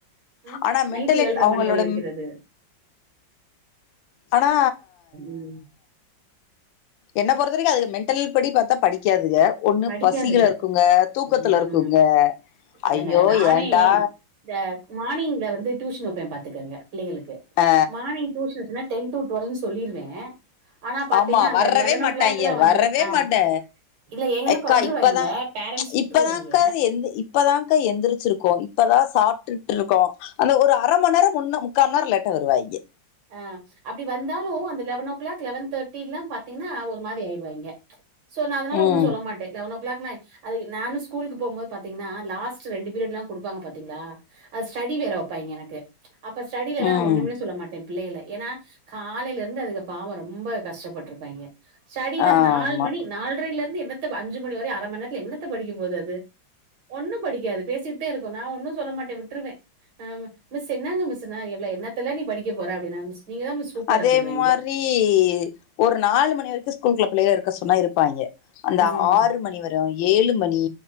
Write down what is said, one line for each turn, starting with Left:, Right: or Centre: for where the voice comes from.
Right: ஆ
Left: ஆனா மென்டலிட்
Right: நைட்டு ஏழர
Left: அவங்களோட
Right: மணி வரை வைக்கிறது
Left: ஆனா
Right: ம்
Left: என்ன பொறுத்தரைக்கு அது மென்டல் படி பார்த்தா படிக்காதுங்க ஒண்ணு
Right: படிக்காதுக
Left: பசிகள இருக்குங்க தூக்கத்துல
Right: ம்
Left: இருக்குங்க
Right: இல்லங்க
Left: ஐயோ
Right: நானே
Left: ஏன்டா
Right: இந்த மார்னிங்ல வந்து டியூஷன் வப்பேன் பாத்துக்கங்க பிள்ளைகளுக்கு
Left: ஆ
Right: மானி் டியூஷன் வச்சுன்னா டென் டு டுவெல்ன்னு சொல்லிருவே ஆனா பாத்தீங்கன்னா
Left: ஆமா
Right: அந்த
Left: வர்ரவே
Right: லெவன்
Left: மாட்டாங்க
Right: ஓ கிளாக்லா வந்து
Left: வரவே
Right: ஆ
Left: மாட்டே
Right: இல்ல எங்கனுக்கு
Left: எக்கா
Right: வந்துருவாய்ங்க
Left: இப்பதா
Right: பேரண்ட்ஸ் விட்டுருவாய்ங்க
Left: இப்பதாக்கா எந்த இப்பதாக்க எந்திரிச்சிருக்கோ இப்பதா சாப் ட்டு இருக்கோ அந்த ஒரு அர ம நேர முன்ன முக்காம நேர லேட்டா வருவா இங்க
Right: ஆ அப்படி வந்தாலு அந்த eleven o'clock eleven thirty எல்லா பாத்தீங்கன்னா ஒரு மாரி ஆயிரிருவாயங்க சோ நா அதனால
Left: ம்
Right: ஒன்னு சொல்ல மாட்டே லெவன் கிளாக் நா ஸ்கூலுக்கு போபோது பாத்தீங்கன்னா லாஸ்ட் ரெண்டு பீரிய்ல்லா கொடுப்பாங்க பாத்தீங்களா ஸ்டடி வேற வைப்பாங்க எனக்கு அப்ப ஸ்டிலல்லா
Left: ம்
Right: நா ஒண்ணுமே சொல்ல மாட்டே பிள்ளைகல ஏன்னா காலையில இருந்து அதுக்கு பாவ ரொம்ப கஷ்டப்பட்டுருப்பாங்க ஸ்டடியில
Left: ஆமா
Right: நாலு மணி நாலரைல இருந்து எ என்த்த அஞ்சு மணிவர அர ம நேரத்துல எண்ணத்த படிக்க போது அது ஒண்ணு படிக்காது பேசிக்கிட்டே இருக்கு நா ஒன்னு சொல்ல மாட்டே விட்டுருவே ஆ மிஸ் என்ன இங்க மிஸ்ன ஏல என்னத்தல்ல நீ படிக்க போற அப்படின்னா மிஸ் நீங்க தா மிஸ் சூப்பர்
Left: அதே
Right: அப்டின்வாய்ங்க
Left: மாரி ஒரு நாலு மணி வரைக்கு ஸ்கூல் குள்ள பிள்ளைல இருக்க சொன்னா இருப்பாங்க அந்த
Right: ம்
Left: ஆறு மணி வர ஏழு மணி